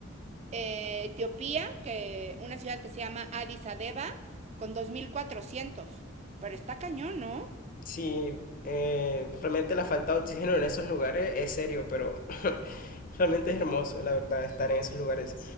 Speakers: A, on the right (about 35°); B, on the left (about 45°).
A: eh, Etiopía, que una ciudad que se llama Addis Abeba, con dos mil cuatrocientos Pero está cañón, ¿no?
B: Sí, eh, realmente la falta de oxígeno en esos lugares es serio, pero <laughs> realmente es hermoso, la verdad, estar en esos lugares.